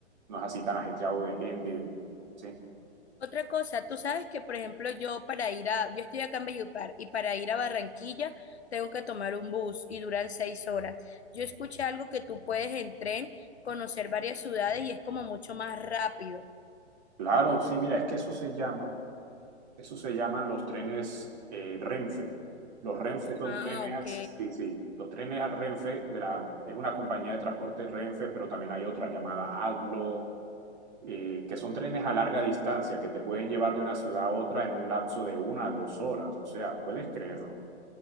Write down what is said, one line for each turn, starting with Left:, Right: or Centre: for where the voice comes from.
Right: es así tan ajetreado de gente. Sí,
Left: Otra cosa, tú sabes que por ejemplo yo para ir a, yo estoy acá en Valledupar y para ir a Barranquilla tengo que tomar un bus y duran seis horas. Yo escuché algo que tú puedes en tren conocer varias ciudades y es como mucho más rápido.
Right: claro, sí, mira, es que eso se llama Eso se llaman los trenes eh, Renfe. Los Renfe son
Left: Ah,
Right: trenes,
Left: ok.
Right: as- sí, sí, los trenes a Renfe de la, es una compañía de transporte Renfe, pero también hay otras llamadas ADLO, eh, que son trenes a larga distancia que te pueden llevar de una ciudad a otra en un lapso de una a dos horas. O sea, puedes creerlo.